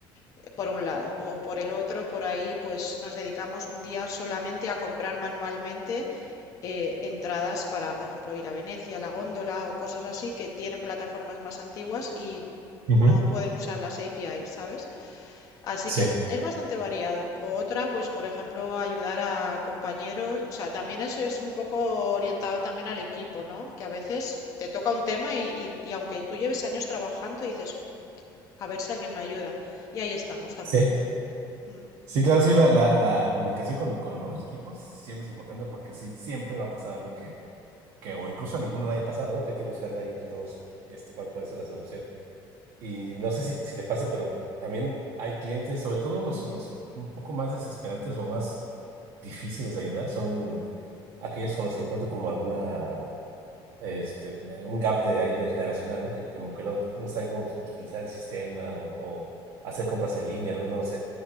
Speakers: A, on the left (about 35°); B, on the right (about 65°).
A: eh, por un lado. O por el otro, por ahí, pues nos dedicamos un día solamente a comprar manualmente eh, entradas para, por ejemplo, ir a Venecia, a la góndola o cosas así que tienen plataformas más antiguas y
B: ujú.
A: no pueden usar las API, ¿sabes? Así
B: Sí,
A: que es bastante variado. O otra, pues por ejemplo, ayudar a compañeros. O sea, también eso es un poco orientado también al equipo, ¿no? Que a veces te toca un tema y, y- y aunque tú lleves años trabajando, dices, a ver si alguien me ayuda. Y ahí estamos también.
B: sí.
A: Mm.
B: Sí, claro, sí, la, la, la comunicación con, con otros equipos siempre es importante porque sí, siempre va a pasar algo que, que o incluso a ninguno le haya pasado, ¿no? Que hay que buscarle ahí entre todos este, cuál puede ser la solución. Y no sé si, si te pasa, pero también hay clientes, sobre todo los, los un poco más desesperantes o más difíciles de ayudar, son aquellos con los que encuentro como alguna este, un gap de ahí de generacional, ¿no? Que como que no, no saben cómo utilizar el sistema o, o hacer compras en línea, ¿no? No lo sé.